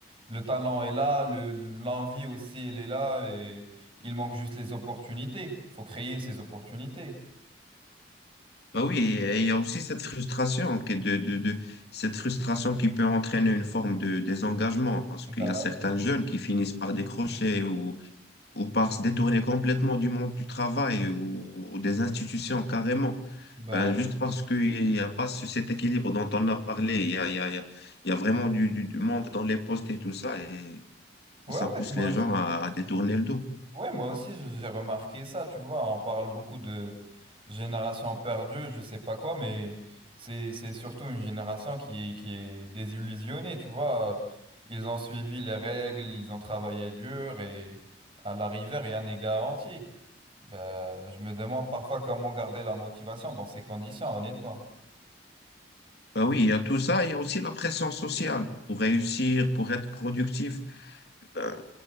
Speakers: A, on the right (about 30°); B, on the left (about 60°).
A: le talent est là, le, l'envie aussi, elle est là, et il manque juste les opportunités. Faut créer ces opportunités.
B: Bah oui, et il y a aussi cette frustration qui est de, de, de, cette frustration qui peut entraîner une forme de désengagement parce qu'il
A: Bah
B: y a certains
A: oui.
B: jeunes qui finissent par décrocher ou ou par se détourner complètement du monde du travail ou, ou des institutions carrément.
A: Bah,
B: Ben, juste parce qu'il n'y a pas ce- cet équilibre dont on a parlé, il y a, il y a, il y a il y a vraiment du, du, du manque dans les postes et tout ça, et
A: ouais,
B: ça
A: ouais,
B: pousse
A: moi,
B: les
A: aussi-
B: gens à, à détourner le dos.
A: ouais, moi aussi, je- j'ai remarqué ça, tu vois, on parle beaucoup de génération perdue, je sais pas quoi, mais c'est, c'est surtout une génération qui, est- qui est désillusionnée, tu vois. Ils ont suivi les règles, ils ont travaillé dur, et à l'arrivée, rien n'est garanti. Ben, je me demande parfois comment garder la motivation dans ces conditions, honnêtement.
B: Ben oui, il y a tout ça, il y a aussi la pression sociale pour réussir, pour être productif. Ben,